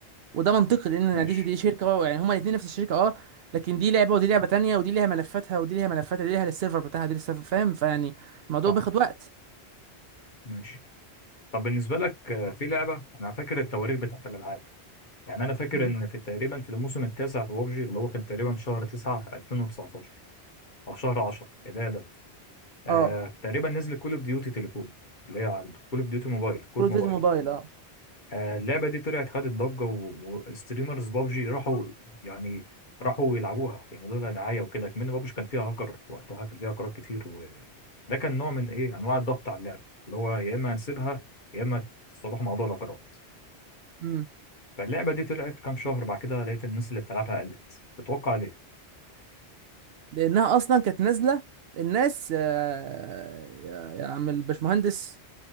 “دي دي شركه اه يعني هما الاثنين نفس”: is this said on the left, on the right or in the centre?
Right